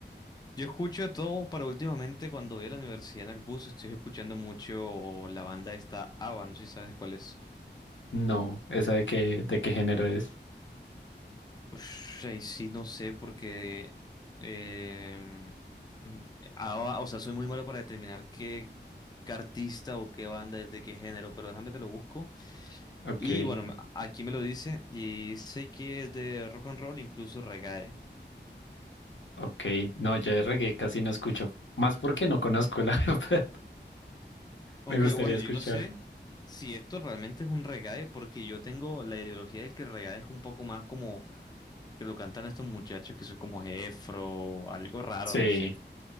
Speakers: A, on the left; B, on the left.
A: Yo escucho de todo, pero últimamente cuando voy a la universidad en el bus estoy escuchando mucho la banda esta ABBA, no sé si sabes cuál es.
B: No, esa de qué, de qué género es.
A: Ush, ahí sí, no sé, porque eh, mm, ABBA, o sea, soy muy malo para determinar qué, qué artista o qué banda es de qué género, pero déjame te lo busco.
B: Ok,
A: Y bueno, me- aquí me lo dice y sé que es de rock and roll, incluso reggae.
B: ok. No, yo de reggae casi no escucho. Más porque no conozco, la <laughs> verdad.
A: Aunque,
B: Me gustaría
A: bueno,
B: escuchar.
A: yo no sé si esto realmente es un reggae, porque yo tengo la ideología de que el reggae es un poco más como que lo cantan estos muchachos que son como Jefro, algo raro,
B: Sí,
A: no sé.